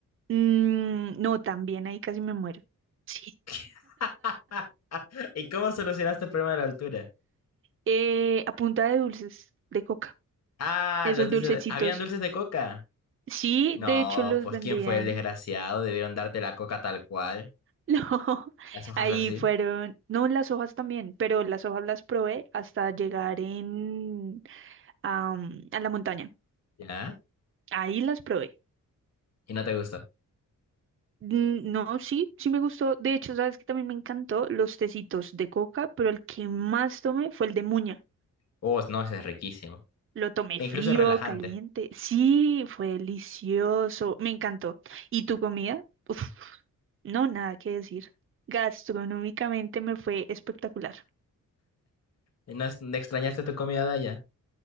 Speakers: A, on the right (about 40°); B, on the left (about 50°).
A: Mm, no, también ahí casi me muero. Sí.
B: <laughs> ¿Y cómo solucionaste el problema de la altura?
A: Eh, a punta de dulces, de coca.
B: Ah,
A: Esos
B: los dulces
A: dulcecitos.
B: de- ¿Habían dulces de coca?
A: Sí,
B: No,
A: de hecho los
B: pues
A: vendían.
B: ¿quién fue el desgraciado?
A: <laughs>
B: Debieron darte la coca tal cual,
A: No,
B: las hojas
A: ahí
B: así,
A: fueron, no las hojas también, pero las hojas las probé hasta llegar en am, a la montaña.
B: ¿ya?
A: Ahí las probé.
B: Y no te gusta.
A: Mm, No, sí, sí me gustó. De hecho, sabes que también me encantó los tecitos de coca, pero el que más tomé fue el de muña.
B: Oh, no, ese es riquísimo.
A: Lo tomé
B: E
A: frío,
B: incluso es relajante.
A: caliente. Sí, fue delicioso. Me encantó. ¿Y tu comida? Uf, no, nada que decir. Gastronómicamente me fue espectacular.
B: ¿No es- ¿no extrañaste tu comida de allá?